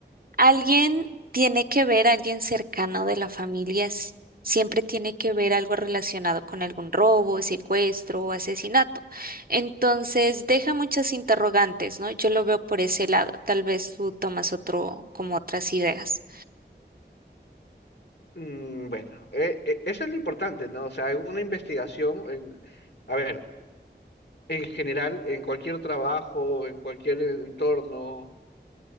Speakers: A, on the right; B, on the left.
A: Alguien tiene que ver, alguien cercano de la familia, s- siempre tiene que ver algo relacionado con algún robo, secuestro o asesinato. Entonces, deja muchas interrogantes, ¿no? Yo lo veo por ese lado. Tal vez tú tomas otro, como otras ideas.
B: Mm, Bueno, eh, eh, eso es lo importante, ¿no? O sea, en una investigación, en, a ver, en general, en cualquier trabajo, en cualquier entorno